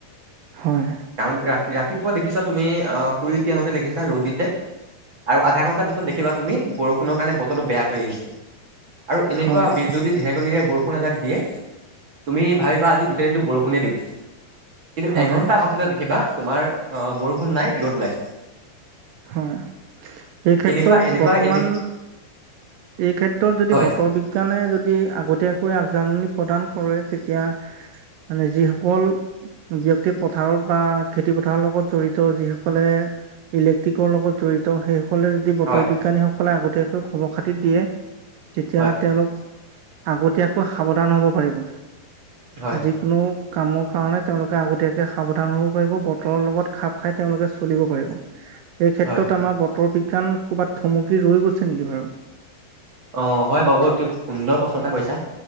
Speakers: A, on the right (about 75°); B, on the right (about 45°).
A: হয়।
B: কাৰণ ৰাতি ৰাতিপুৱা দেখিছা তুমি অ শুই উঠি আহোতে দেখিছা ৰ'দ দিছে আৰু আধা ঘণ্টা পিছত দেখিবা তুমি বৰষুণৰ কাৰণে বতৰটো বেয়া কৰি আহিছে আৰু এনেকুৱা
A: হয়,
B: বিজুলী ঢেৰেকনিৰে বৰষুণ এজাক দিয়ে তুমি ভাবিবা আজি গোটেই দিনটো বৰষুণে দিব। কিন্তু
A: হয়,
B: এঘণ্টাৰ পাছতে দে খিবা তোমাৰ অ বৰষুণ নাই ৰ'দ ওলাইছে।
A: হয়, এই ক্ষেত্ৰত
B: এনেকুৱা এনেকুৱা
A: বৰ্তমান
B: এনে
A: এই ক্ষেত্ৰত যদি
B: হয়
A: বতৰ বি জ্ঞানে যদি আগতীয়াকৈ আগজাননী প্ৰদান কৰে তেতিয়া মানে যিসকল ব্যক্তি পথাৰত বা খেতি পথাৰৰ লগত জড়িত, যিসকলে ইলে তিকৰ লগত জড়িত সেইসকলে যদি বতৰ
B: হয়
A: বিজ্ঞানীসকলে আগতীয়াকৈ খবৰ খাতি দিয়ে তেতিয়া
B: হয়
A: তেওঁলোক আগতীয়াকৈ সাৱধান হ'ব পাৰিব।
B: হয়
A: যিকোনো কামৰ কাৰণে তেওঁলোকে আগতীয়াকে সাৱধান হ'ব পাৰিব, বতৰৰ লগত খাপ খাই তেওঁলোকে চলিব পাৰিব। এই ক্ষেত্ৰত
B: হয়
A: আমাৰ বতৰ বিজ্ঞান ক'ৰবাত থমকি ৰৈ গৈছে নেকি বাৰু?
B: অ হয় বাৰু অতি সুন্দৰ প্ৰশ্ন এটা কৰিছা।